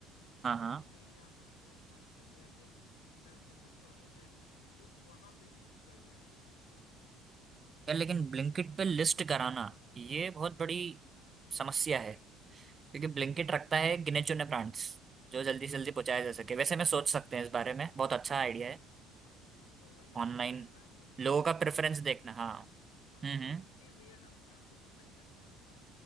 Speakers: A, on the right; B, on the left.
A: हाँ
B: जो
A: हाँ
B: लोग नहीं आ पाते हैं पहुंच पाते या फिर किसी कारण से कुछ प्रॉब्लम है तो वहां पे रीच बढ़ जाएगा आपका
A: यार लेकिन ब्लिंकिट पे लिस्ट कराना ये बहुत
B: हाँ
A: बड़ी समस्या है क्योंकि ब्लिंकिट
B: ओके
A: रखता है गिने चुने ब्रांड्स जो जल्दी
B: हाँ
A: से जल्दी पहुंचाया जा सके वैसे मैं सोच
B: तो
A: सकते हैं इस बारे में बहुत अच्छा
B: हाँ
A: आइडिया है
B: नहीं तो वही
A: ऑनलाइन
B: आप ऐसा ब्लिंकिट
A: लोगों
B: से
A: का
B: कांटेक्ट
A: प्रेफरेंस
B: करिए
A: देखना हाँ
B: हाँ
A: हम्म
B: और
A: हम्म
B: उनके वेयर हाउस में आपको सप्लाई करना होगा